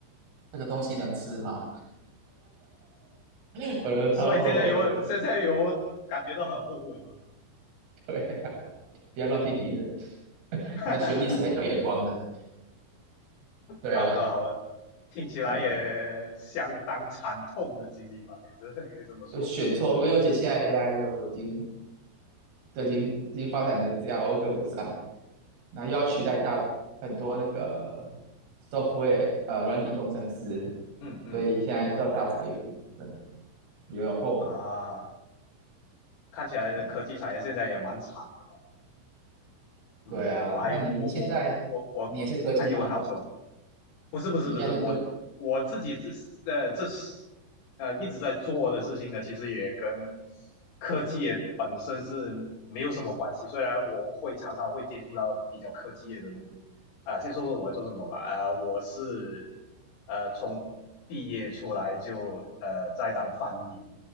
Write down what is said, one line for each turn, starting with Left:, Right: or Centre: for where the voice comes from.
Right: 这个东西能吃吗？<laughs> 我都超后悔的。
Left: 所以现在有现在有感觉到很后悔吗？
Right: 对，不要乱批评人。<laughs>
Left: <laughs>
Right: 那学弟是很有眼光的，对啊，
Left: 好的好的，听起来也相当惨痛的经历吧，
Right: 哎，
Left: 可以真的可以这么说，
Right: 就选错路，而且现在 AI 又已经都已经已经发展成这样，我又跟不上，那又要取代大很多那个 software 呃软体工程师，
Left: 嗯嗯
Right: 所以现在到大裁员了，对，有点后悔，
Left: 啊，看起来的科技产业现在也蛮惨的吧，
Right: 哎，
Left: 嗯，
Right: 对啊，
Left: 我还我我我我还以为很好做呢。
Right: 那你你现在你也是科技吗？
Left: 不是不是不是，
Right: 你现在是科
Left: 我我自己这是呃这是呃一直在做的事情呢，其实也跟科技业本身是没有什么关系。虽然我会常常会接触到比较科技业的东西啊、呃先说说我在做什么吧。啊、我是呃从毕业出来就呃在当翻译